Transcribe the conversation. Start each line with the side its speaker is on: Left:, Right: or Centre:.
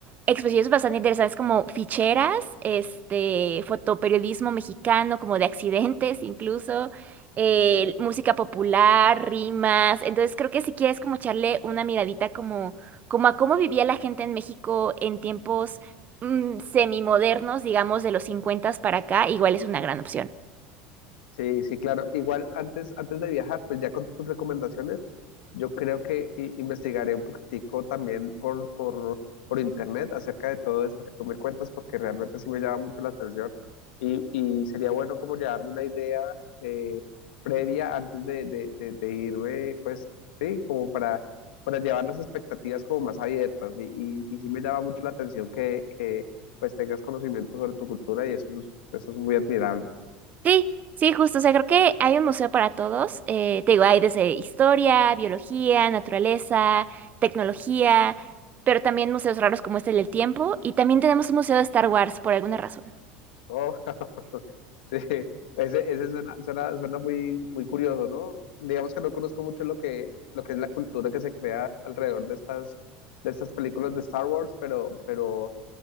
Right: exposiciones bastante interesantes como ficheras, este, fotoperiodismo mexicano, como de accidentes incluso, eh,
Left: Sí.
Right: música popular, rimas. Entonces creo que si quieres como echarle una miradita como, como a cómo vivía la gente en México en tiempos mm, semimodernos, digamos, de los 50 para acá, igual es una gran opción.
Left: Sí, sí, claro. Igual antes, antes de viajar, pues ya con tus recomendaciones. Yo creo que i- investigaré un poquitico también por, por, por internet acerca de todo esto que tú me cuentas, porque realmente sí me llama mucho la atención y, y sería bueno como llevarme una idea eh, previa antes de, de, de, de irme, pues sí, como para, para llevar las expectativas como más abiertas y, y, y sí me llama mucho la atención que, que pues tengas conocimiento sobre tu cultura y eso es, eso es muy admirable.
Right: Sí, sí, justo. O sea, creo que hay un museo para todos. Eh, te digo, hay desde historia, biología, naturaleza, tecnología, pero también museos raros como este del tiempo. Y también tenemos un museo de Star Wars por alguna razón.
Left: Oh, <laughs> Sí, ese, ese suena, suena, suena muy, muy curioso, ¿no? Digamos que no conozco mucho lo que, lo que es la cultura que se crea alrededor de estas, de estas películas de Star Wars, pero, pero